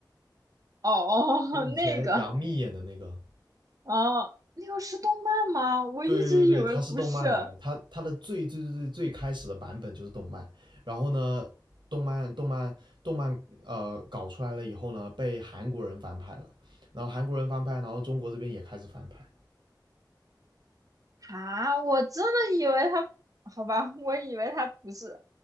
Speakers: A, on the right; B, on the right.
A: 哦哦，
B: 就以前杨幂演的那个。
A: <laughs> 那个，哦，那个是动漫吗？我一直以为不是
B: 对对对，它是动漫来的，它它的最最最最最开始的版本就是动漫，然后呢，动漫动漫动漫呃搞出来了以后呢，被韩国人翻拍了，然后韩国人翻拍，然后中国这边也开始翻拍，
A: 啊，我真的以为他，好吧，我以为他不是，